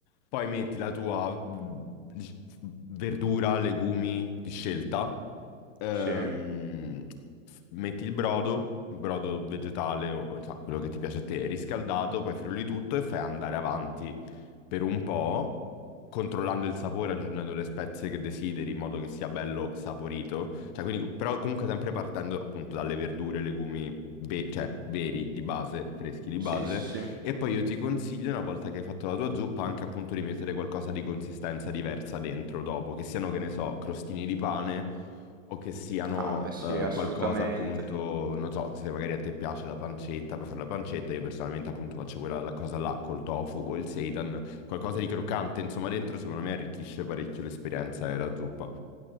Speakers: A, on the left (about 35°); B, on the right (about 20°).
A: poi metti la tua mh, dic- verdura, legumi di scelta, ehm,
B: Sì,
A: f- metti il brodo, il brodo vegetale o cioè, quello che ti piace a te, riscaldato, poi frulli tutto e fai andare avanti per un po', controllando il sapore, aggiungendo le spezie che desideri, in modo che sia bello saporito. Cioè, quindi, però comunque sempre partendo appunto dalle verdure, legumi, ve- cioè veri di base, freschi di
B: sì,
A: base.
B: sì, sì.
A: E poi io ti consiglio, una volta che hai fatto la tua zuppa, anche appunto di mettere qualcosa di consistenza diversa dentro dopo, che siano, che ne so, crostini di pane o che siano
B: Ah, beh, sì,
A: eh,
B: assolutamente.
A: qualcosa appunto, non so, se magari a te piace la pancetta, puoi fare la pancetta, io personalmente appunto faccio quella la- cosa là col tofu o il seitan, qualcosa di croccante, insomma, dentro secondo me arricchisce parecchio l'esperienza della zuppa.